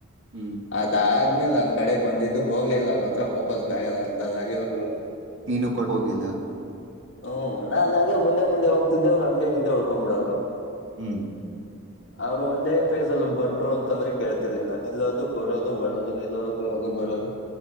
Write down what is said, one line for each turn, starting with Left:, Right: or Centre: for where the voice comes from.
Right: ಹ್ಮ್
Left: ಅದಾ ಆದ್ಮೇಲೆ <unintelligible> ನನ್ ಕಡೆ ಬಂದಿದ್ದು ಹೋಗ್ಲೇ ಇಲ್ಲ ಅವ್ರ ಹತ್ರ ವಾಪಸ್ ಬ್ಯಾಗ ಅದ್ ಅರ್ಧ ದಾರಿವರ್ಗೂ.
Right: ನೀನು ಕೊಡ್ <unintelligible> ಹೋಗಿಲ್ಲ.
Left: ಹೂ, ನಾನ್ ಹಂಗೆ ಮುಂದೆ ಮುಂದೆ ಹೋಗ್ತಿದ್ದೇ, ಅವರ್ ಹಂಗೆ ಹಿಂದೆ ಉಳ್ಕೊಂಡ್ ಬಿಡೋರು.
Right: ಹ್ಮ್
Left: ಅವ್ರು ಒಂದೇ ಫೇಸ್ ಅಲ್ಲಿ ಬನ್ರು ಅಂತಂದ್ರೆ ಕೇಳ್ತಿರ್ಲಿಲ್ಲ. ನಿಲ್ಲೋದು, ಕೂರೋದು, ಬರೋದು, ನಿಲ್ಲೋದು, ಕೂರೋದು, ಬರೋದು